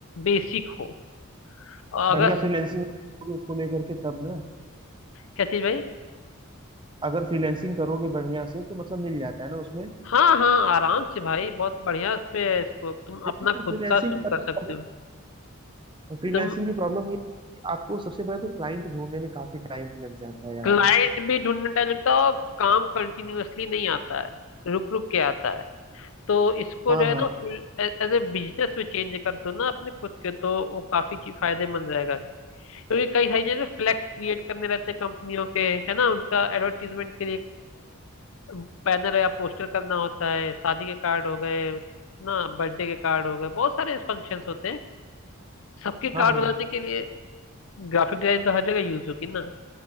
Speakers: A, on the left; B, on the right.
A: बेसिक हो और अगर
B: बढ़िया फ्रीलैंसिंग उसको लेकर के तब ना
A: क्या चीज भाई
B: अगर फ्रीलैंसिंग करोगे बढ़िया से तो मतलब मिल जाता है ना उसमें
A: हाँ हाँ आराम से भाई बहुत बढ़िया उस पे है इसको तुम अपना
B: लेकिन
A: खुद
B: फ्रीलैंसिंग
A: का शुरू
B: की पता
A: कर सकते
B: प्रॉब्लम
A: हो
B: फ्रीलैंसिंग
A: तुम
B: की प्रॉब्लम ये है कि आपको सबसे पहले तो क्लाइंट ढूंढने में काफी टाइम लग जाता है यार
A: क्लाइंट भी ढूंढने टाइम लगता है और काम कंटिन्यूअसली नहीं आता है रुक रुक के आता है तो इसको
B: हाँ
A: जो है
B: हाँ
A: ना फुल एज ए बिजनेस में चेंज कर दो ना अपने खुद के तो वो काफी ची- फायदेमंद रहेगा क्योंकि कई सारी जगह फ्लैक्स क्रिएट करने रहते हैं कंपनियों के है ना उनका एडवर्टीजमेंट के लिए बैनर या पोस्टर करना होता है शादी के कार्ड हो गए ना बर्थडे के कार्ड हो गए बहुत सारे फंक्शंस होते हैं सबके कार्ड
B: हाँ हाँ
A: बनाने के लिए ग्राफिक डिजाइन तो हर जगह यूज होगी ना